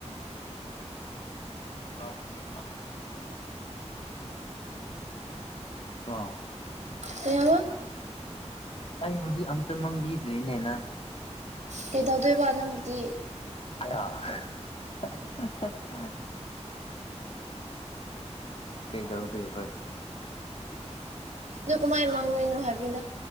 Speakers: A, on the left; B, on the right.
A: <unintelligible> ꯀꯣ
B: ꯀꯩꯑꯥꯕ
A: ꯑꯩꯕꯨꯗꯤ ꯑꯝꯇ ꯃꯥꯡꯕꯤꯗ꯭ꯔꯤꯅꯦ ꯅꯪ
B: ꯀꯩꯗꯧꯗꯣꯏꯕ ꯅꯪꯕꯨꯗꯤ
A: ꯑꯌꯥ <unintelligible> ꯀꯩꯗꯧꯗꯣꯏꯕ
B: ꯑꯗꯨ ꯀꯃꯥꯏꯅ ꯃꯥꯡꯗꯣꯏꯅꯣ ꯍꯥꯏꯕꯅꯤꯗ